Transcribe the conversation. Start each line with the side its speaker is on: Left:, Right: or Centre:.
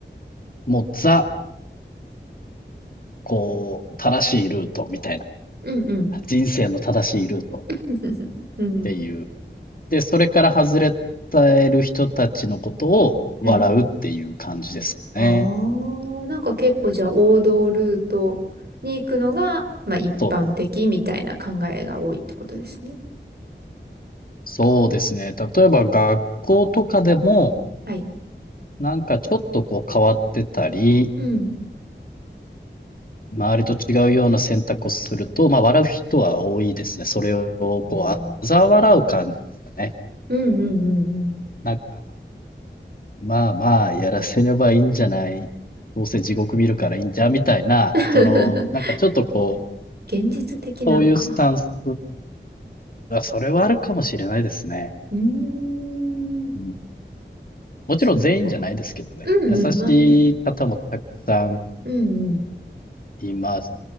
Left: もうザ、こう、正しいルートみたいな。
Right: うん。
Left: 人生の正しいルート
Right: <laughs>
Left: っていう。
Right: うん、
Left: で、それから外れたる人たちのことを笑うっていう感じですかね。
Right: はい。ああ、なんか結構じゃあ王道ルートに行くのが、まあ一般的みたいな考えが多いってことですね。
Left: そうです。そうですね。例えば学校とかでも、
Right: はい。
Left: なんかちょっとこう変わってたり、
Right: うん
Left: 周りと違うような選択をすると、まあ笑う人は多いですね。それをこう、
Right: はい。うん、
Left: あざ笑う感じですかね。
Right: うんうんうんうんうん
Left: なんか、まあまあ、やらせればいいんじゃない。どうせ地獄見るからいいんじゃんみたいな、
Right: <laughs>
Left: その、なんかちょっとこう、
Right: 現実的なのかな。
Left: そういうスタンスは、それはあるかもしれないですね。
Right: うーん。
Left: うん。もちろん全員じゃないですけどね。
Right: そっか。うんうん、
Left: 優しい方もたくさん
Right: まあね。うんうん。
Left: います